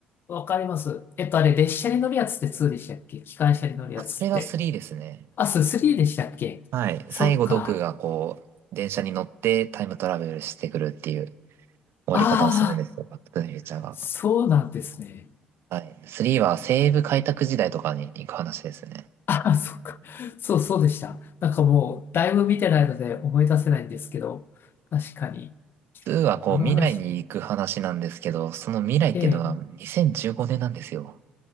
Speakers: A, on the left; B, on the right.
A: わかります。えっと、あれ、列車に乗るやつってツーでしたっけ機関車に乗るやつって。
B: あ、それが3ですね。
A: あ、すスリーでしたっけそっか。
B: はい。最後、ドクがこう、電車に乗ってタイムトラベルしてくるっていう終わり方をするんですよ。
A: ああ、
B: バックトゥザフューチャーが。
A: そうなんですね。
B: はい。3は西部開拓時代とかに行く話ですね。
A: ああ、そっか。そう、そうでした。なんかもう、だいぶ見てないので思い出せないんですけど、確かに、
B: 2はこう、
A: あの話、
B: 未来に行く話なんですけど、その未来っていうのは2015年なんですよ。
A: ええ、